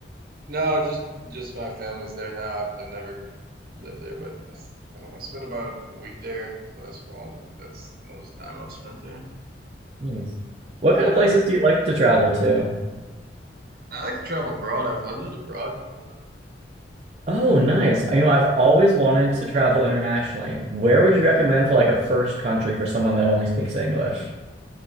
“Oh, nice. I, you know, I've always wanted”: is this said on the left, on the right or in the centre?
Right